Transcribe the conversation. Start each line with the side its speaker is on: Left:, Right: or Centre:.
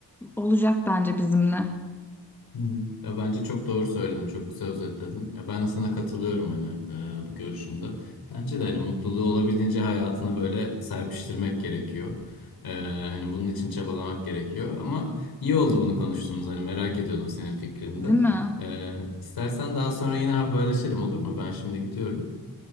Centre: Olacak bence bizimle.
Left: Hı hı. Ya bence çok doğru söyledin, çok güzel özetledin. Ya ben de sana katılıyorum hani e, bu görüşünde. Bence de hani mutluluğu olabildiğince hayatına böyle serpiştirmek gerekiyor. E, hani bunun için çabalamak gerekiyor. Ama iyi oldu bunu konuştuğumuz. Hani merak ediyordum senin fikrini
Centre: Değil
Left: de.
Centre: mi?
Left: E, istersen daha sonra yine haberleşelim olur mu? Ben şimdi gidiyorum.